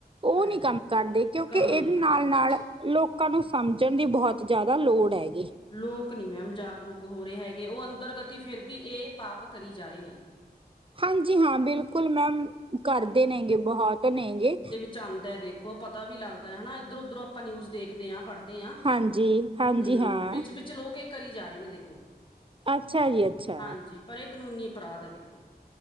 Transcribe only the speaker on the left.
ਹਾਂਜੀ
ਕੰਮ ਨੀ
ਕਰਦੇ
ਲੋਕ ਨੀ ਮੈਮ ਜਾਗਰੂਕ ਹੋ ਰੇ ਹੈਗੇ ਓ ਅੰਤਰ ਗਤੀ ਫਿਰ ਵੀ ਏ ਪਾਪ ਕਰੀ ਜਾ ਰੇ ਨੇ।
ਚਾੰਦਾ ਐ ਦੇਖੋ ਪਤਾ ਵੀ ਲੱਗਦਾ ਹੈਨਾ ਇੱਧਰ ਉੱਧਰੋਂ ਅਪਾਂ ਨਿਊਜ਼ ਦੇਖਦੇ ਆ ਪੜਦੇ ਦੇਆ
ਹੂੰ
ਵਿੱਚ-ਵਿੱਚ ਲੋਕ ਏ ਕਰੀ ਜਾ ਰਏ ਨੇ ਦੇਖੋ।
ਹਾਂਜੀ ਪਰ ਏ ਕਾਨੂੰਨੀ ਅਪਰਾਧ ਹੈ ਦੇਖੋ।